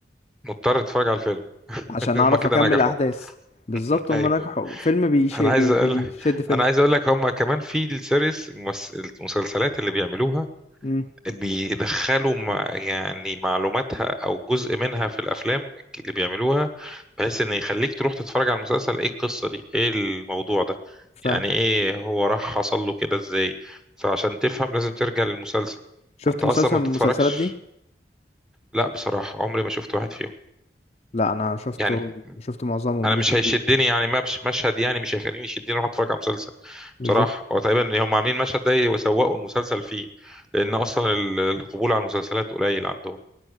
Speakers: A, in the centre; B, on the left.
A: مضطر تتفرج على الفيلم <laughs>
B: عشان
A: هما
B: اعرف
A: كده
B: اكمل
A: نجحوا
B: الاحداث بالظبط
A: <laughs>
B: هما
A: ايوه
B: نجحوا فيلم بيش
A: انا
B: بي
A: عايز اقول
B: بيشد
A: لك
B: فيلم
A: انا عايز اقول لك هما كمان في السيريس المس- المسلسلات اللي بيعملوها
B: امم
A: بيدخلوا مع يعني معلوماتها او جزء منها في الافلام اللي بيعملوها بحيث ان يخليك تروح تتفرج على المسلسل ايه القصه دي ايه الموضوع ده
B: فعلا
A: يعني ايه هو راح حصل له كده ازاي فعشان تفهم لازم ترجع للمسلسل
B: شفت
A: فانت اصلا
B: مسلسل
A: ما بتتفرجش
B: من المسلسلات دي
A: لا بصراحه عمري ما شفت واحد فيهم
B: لا انا شفته
A: يعني
B: شفت معظمهم
A: انا مش
B: جزء كبير
A: هيشدني يعني ما مش مشهد يعني مش هيخليني يشدني اروح اتفرج على مسلسل
B: بالظبط
A: بصراحه هو تقريبا هم عاملين المشهد ده يسوقوا المسلسل فيه لان اصلا ال- القبول على المسلسلات قليل عندهم